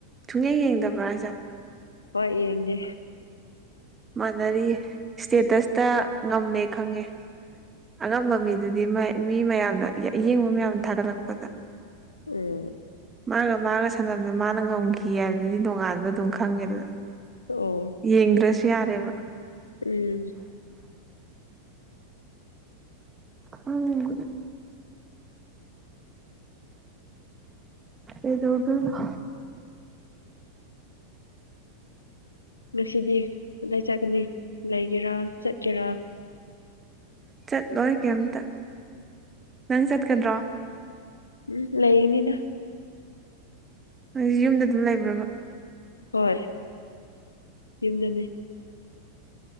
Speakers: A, on the right; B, on the left.
A: ꯊꯨꯡꯌꯦꯡ ꯌꯦꯡꯗꯕ꯭ꯔꯥ ꯍꯥꯏꯁꯦ
B: ꯍꯣꯏ ꯌꯦꯡꯒꯦ
A: ꯃꯥꯟꯅꯔꯤꯌꯦ ꯏꯁꯇꯦꯇꯁꯇ ꯉꯝꯃꯦ ꯈꯪꯉꯦ ꯑꯉꯝꯕ ꯃꯤꯗꯨꯗꯤ ꯃꯤ ꯃꯌꯥꯝꯅ ꯑꯌꯦꯡꯕ ꯃꯌꯥꯝ ꯊꯥꯒꯠꯂꯛꯄꯗ
B: ꯎꯝ
A: ꯃꯥꯒ ꯃꯥꯒ ꯁꯥꯟꯅꯕꯗ ꯃꯥꯅ ꯉꯝꯈꯤ ꯍꯥꯏꯕꯗꯨꯗꯤ ꯅꯣꯡꯉꯥꯟꯕ ꯑꯗꯨꯝ ꯈꯪꯉꯦꯗꯅ
B: ꯑꯣ
A: ꯌꯦꯡ꯭ꯔꯁꯨ ꯌꯥꯔꯦꯕ
B: ꯎꯝ
A: ꯍꯪ ꯑꯦꯗꯣꯒꯅ
B: ꯉꯁꯤꯗꯤ ꯑꯗꯨꯗꯥꯏ ꯆꯠꯀꯅꯤ ꯂꯩꯒꯦꯔꯥ ꯆꯠꯀꯦꯔꯥ
A: ꯆꯠꯂꯣꯏ ꯀꯩꯝꯇꯪ ꯅꯪ ꯆꯠꯀꯗ꯭ꯔꯣ
B: ꯎꯝ ꯂꯩꯅꯤꯅ
A: ꯑꯩ ꯌꯨꯝꯗ ꯑꯗꯨꯝ ꯂꯩꯕ꯭ꯔꯕ
B: ꯍꯣꯏ ꯌꯨꯝꯗꯅꯤ